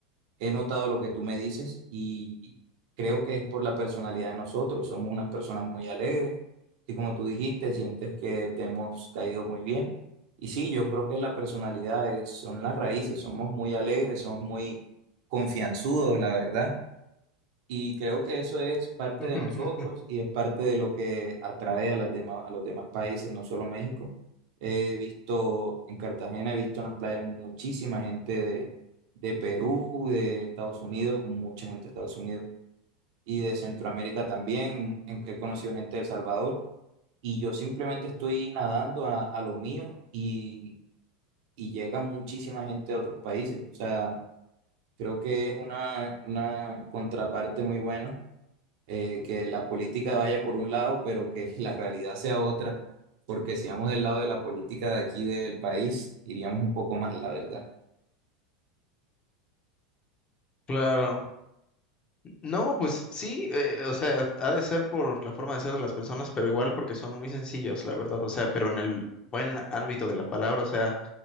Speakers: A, on the right; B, on the left.
A: He notado lo que tú me dices y creo que es por la personalidad de nosotros. Somos unas personas muy alegres y como tú dijiste, sientes que te hemos caído muy bien. Y sí, yo creo que la personalidad es- son las raíces. Somos muy alegres, somos muy confianzudos, la verdad. Y creo que eso es parte
B: <laughs>
A: de nosotros y es parte de lo que atrae a, las demás, a los demás países, no solo México. He visto en Cartagena, he visto en las playas muchísima gente de, de Perú, de Estados Unidos, mucha gente de Estados Unidos y de Centroamérica también. En- He conocido gente de El Salvador y yo simplemente estoy nadando a, a lo mío y, y llega muchísima gente de otros países. O sea, creo que es una, una contraparte muy buena eh, que la política vaya por un lado, pero que <laughs> la realidad sea otra, porque si vamos del lado de la política de aquí del país, iríamos un poco más, la verdad.
B: Claro. No, pues sí, eh, o sea, ha de ser por la forma de ser de las personas, pero igual porque son muy sencillos, la verdad, o sea, pero en el buen ámbito de la palabra, o sea,